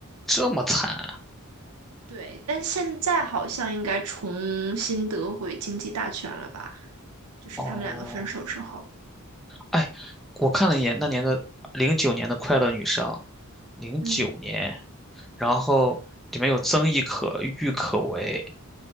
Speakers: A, in the centre; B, on the right (about 80°).
A: 这么惨啊
B: 对，但现在好像应该重新得回经济大权了吧？就是他们两个分手之后，
A: 哦，哎，我看了一眼那年的零九年的《快乐女生》，零九年，
B: 嗯
A: 然后里面有曾轶可、郁可唯、